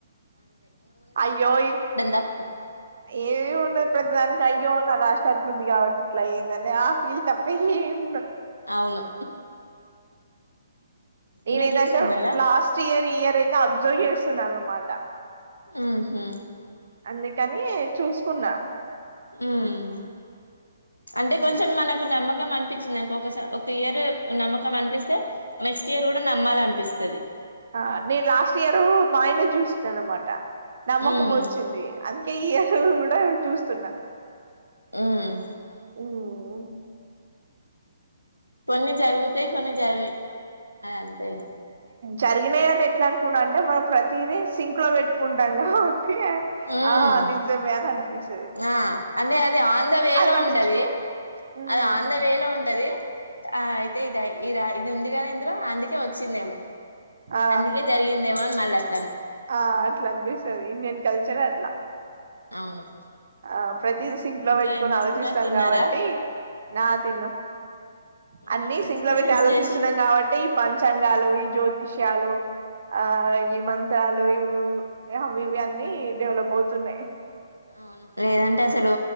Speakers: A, on the right; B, on the left.
A: అయ్యోయి
B: తప్పు
A: ఏమీ ఉన్నది ప్రతిదానికి అయ్యో నా రాశి అట్లుంది కాబట్టి ఇట్లా అయ్యిందని ఆ ఫీల్ తప్ప ఏం
B: అవును
A: నేనేఏందంటే
B: మీరు చూసుకున్నారా
A: లాస్ట్ ఇయర్ ఈ ఇయర్ ఏది అబ్జర్వ్ చేస్ చేస్తాను అన్నమాట
B: ఉహు
A: అందుకని చూసుకున్నా
B: ఉమ్ అంటే కొంచెం మనకు నమ్మకం అనిపించిందిఅనుకో ఒక ఇయర్ నమ్మకం అనిపిస్తే నెక్స్ట్ ఇయర్ కూడా నమ్మ నమ్మాలనిపిస్తది
A: ఆ నేను లాస్ట్ ఇయరు మా ఆయనది చూసిన అన్నమాట నమ్మకం
B: ఉమ్
A: వచ్చింది అందుకే ఈ ఇయర్ కూడా చూస్తున్నా
B: ఉమ్
A: ఉమ్
B: కొన్ని జరుగుతాయి కొన్ని జరుగై అది అంతే ఇగా
A: జరిగినయని ఎట్లా అనుకున్నా అంటే మనం ప్రతీదీ సింక్ లో పెట్టుకుంటాం క
B: ఉమ్
A: ఆ నిజమే అని అనిపిస్
B: ఆ అంటే అది ఆన్దవేలో
A: పట్టించుకో
B: ఉంటది
A: హ్మ్
B: అది ఆన్దవేలో ఉంటది ఆ అయితే ఇది ఈ రా ఇది ఉంది కాద ఇందులో అందుకే వచ్చిందేమో
A: ఆ
B: అందుకే జరిగిందేమో అని మళ్ళ అ
A: ఆ అట్లా అనిపిస్తది ఇండియన్ కల్చరే అట్లా
B: అవును
A: ఆ ప్రతీది సింక్ లో
B: ఇంకా
A: పెట్టి
B: ఏం చేస్తున్నారు
A: ఆలోచిస్తాం
B: తిన్నారా
A: కాబట్టి నా తిన్నం అన్ని
B: మీరేం
A: సింక్లో
B: స్పెషల్స్
A: పెట్టి ఆలోచిస్తున్నాం
B: చేసిరు
A: కాబట్టి ఈ పంచాంగాలు ఈ జ్యోతిష్యాలు ఆ ఈ మంత్రాలు అవి ఇవి అన్నీ డెవలప్ అవుతున్నాయి
B: అవును లేదంటే అసలు